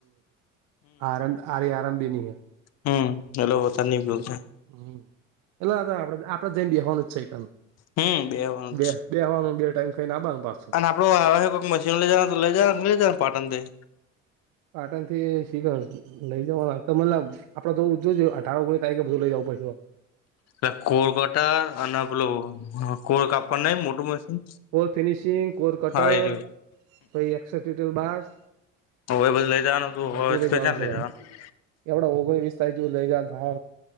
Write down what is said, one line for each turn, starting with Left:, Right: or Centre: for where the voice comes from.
Right: આરભ આરે આરામભી નહી હ.
Left: હમ હલોતા નની બલશે.
Right: હમ એટલે આપડ આપડે જેમ બેવાનું જ છે ક
Left: હમ બેવાનું
Right: બે.
Left: છે
Right: બેવાનું બે ટાઈમં ના બાંધ પાછો.
Left: અને આપડું કોઈક મશીન લઈ જ તો લઈ જ લઈ જ ને પાટનથી?
Right: આટણ થી શીખ લઈ જવાના મ આપડે જો જોજ તાવું કરી ત કે બધું લઈ જાવ પછસો.
Left: એટ કોર કટર અને બેલો કોર કાપડ નહી મોટર મશીન.
Right: કોર ફિનિશિંગ કોર કટર
Left: હા એ રહ્યું
Right: ક એલ બસ.
Left: હવે બધું લઈ જવાનું તું
Right: બધું
Left: હવે
Right: લ જાણ
Left: ક્યાં
Right: છો
Left: લઈ જવાનું
Right: આપડા ઓગણી વીસ તારીખ. જો લઈ જતા હ.